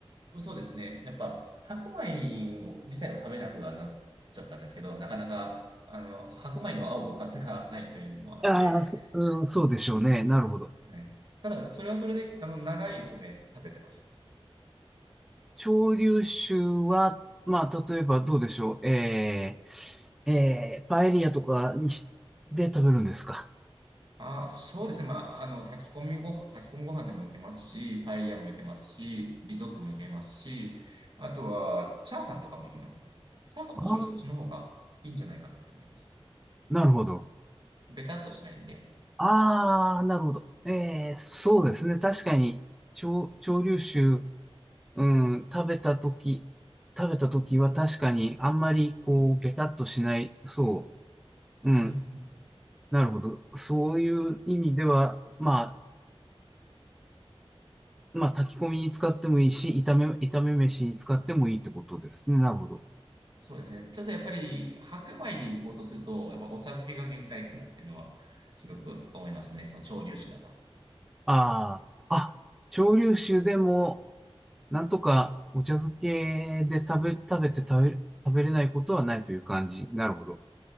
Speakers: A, on the right; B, in the centre.
A: そうですね。やっぱ、白米を自体を食べなくはなっちゃったんですけど、なかなか、あの、白米の合うおかずがないというのもあって、
B: ああ、そ、うん、そうでしょうね。
A: うん
B: なるほど。
A: はい。ただ、それはそれで、あの、長い米食べてます。
B: 潮流酒は、まあ、例えばどうでしょう。えー、えー、パエリアとかにし、で食べるんですか。
A: あ、そうですね。まあ、あの、炊き込みご飯、炊き込みご飯でもいけますし、パエリアもいけますし、リゾットもいけますし、あとは、チャーハンとかもいけますね。チャーハンむしろそっちの方がいいんじゃないかなって思います。
B: ああ、なるほど。
A: ベタっとしないんで。
B: ああ、なるほど。えー、そうですね。確かに、潮潮流酒、うん、食べたとき、食べたときは確かにあんまりこう、
A: はい
B: ベタっとしない、そう。うん、
A: うんうん
B: なるほど。そういう意味では、まあ、まあ、炊き込みに使ってもいいし、炒め、炒め飯に使ってもいいってことですね。なるほど。
A: そうですね。ちょっとやっぱり白米で行こうとすると、やっぱお茶漬けが限界かなっていうのはすごく思いますね。その潮流酒だと。
B: ああ、あ、蒸留酒でも、なんとかお茶漬けで食べ、食べて食べ、食べれないことはないという感じ。なるほど。